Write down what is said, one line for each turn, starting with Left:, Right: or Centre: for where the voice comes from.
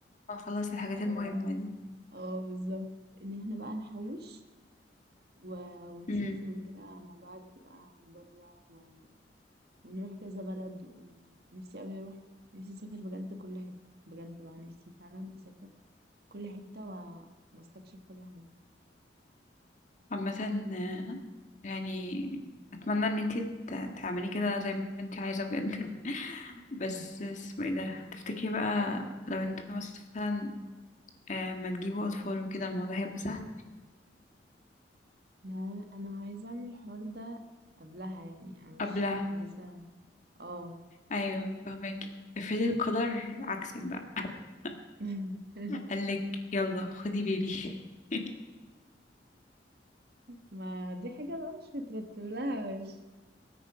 Left: آه، خلاص الحاجات
Right: اه
Left: المهمة دي
Right: آه، بالظبط ان احنا بقى نحوش و... ونسافر
Left: امم
Right: وكده مع بعض بقى بره و... ونروح كذا بلد ونفسي قوي اروح نفسي اسافر بجد كل حتة بجد بقى نفسي فعلا اسافر كل حتة و... واستكشف كل حاجة
Left: عامة آه، يعني اتمنى ان انتي ت- تعملي كده زي ما انتي عايزة بجد <laughs> بس
Right: <laughs>
Left: اسمه ايه ده تفتكري بقى لو انتوا مثلا آه، ما تجيبوا اطفال وكده الموضوع هيبقى سهل
Right: ما انا عايزه اعمل الحوار ده قبلها يعني انا مش
Left: قبلها
Right: عايزه اه
Left: ايوه فهماكي افرضي القدر عكسك بقى <laughs>
Right: <laughs>
Left: قالك يلا خدي بيبي <laughs>
Right: ما دي حاجه بقى مش مترتب لها مش